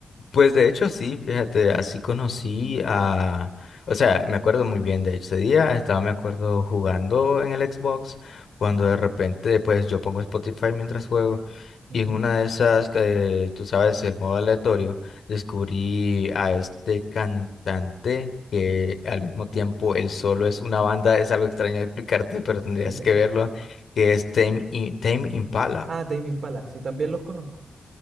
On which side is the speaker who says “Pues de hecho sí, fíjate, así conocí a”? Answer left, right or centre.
Left